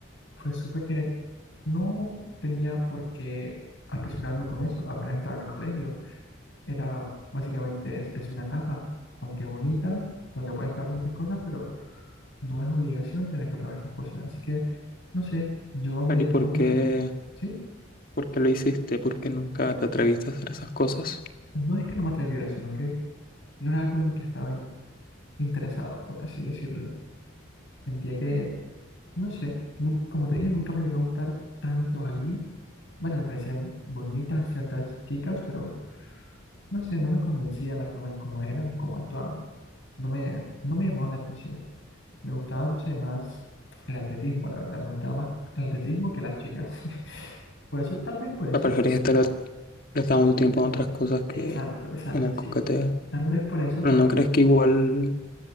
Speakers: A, on the left (about 65°); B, on the left (about 45°).
A: pues supe que no tenía por qué apresurarme con eso, apenas estaba en el colegio. Era, básicamente es, es una etapa, aunque bonita, donde puedes probar muchas cosas, pero no es obligación tener que probar esas cosas. Así que, no sé, yo me
B: Pero
A: di
B: ¿y
A: el
B: por
A: lujo
B: qué,
A: de, ¿sí?
B: por qué lo hiciste? ¿Por qué nunca te atreviste a hacer esas cosas?
A: No es que no me atreviera, sino que no era algo en que estaba in- interesado, por así decirlo. Sentía que, no sé, nu- como te dije, nunca me llegó a gustar tanto alguien. Bueno, me parecían bonitas ciertas chicas, pero no sé, no me convencía la forma en cómo eran, cómo actuaban. No me, no me llamaban la atención. Me gustaba, no sé, más el atletismo, la verdad. Me gustaba más el atletismo que las chicas. <laughs> Por eso, tal vez por eso.
B: la preferís estar gastando tu tiempo en otras cosas
A: Exacto,
B: que
A: exacto,
B: en el
A: sí.
B: coqueteo.
A: Tal vez por eso,
B: Pero
A: pues.
B: ¿no crees que igual